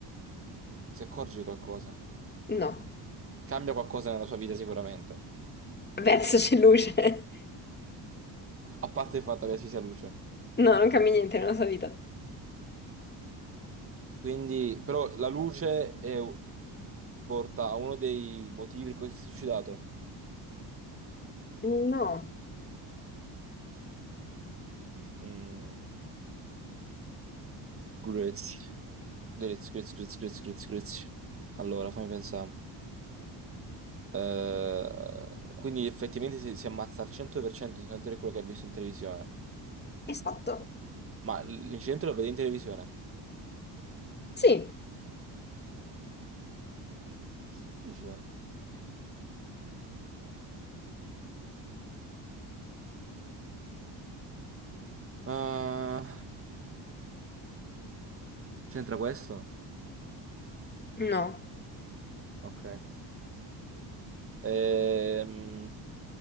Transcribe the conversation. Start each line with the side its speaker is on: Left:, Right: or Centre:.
Right: Si accorge di qualcosa.
Left: No,
Right: Cambia qualcosa nella sua vita sicuramente.
Left: verso c'è luce. <laughs>
Right: A parte il fatto che ci sia luce.
Left: No, non cambia niente nella sua vita.
Right: Quindi, però la luce è- porta a uno dei motivi per cui si è suicidato.
Left: No,
Right: Mm, Grazie. Grazie, grazie, grazie, grazie, grazie, grazie. Allora, fammi pensare. Eh, quindi effettivamente si, si ammazza al 100% solamente per quello che ha visto in televisione.
Left: esatto.
Right: Ma l'incidente lo vede in televisione?
Left: Sì,
Right: È difficile. Eh, c'entra questo?
Left: no.
Right: Ok. Ehm,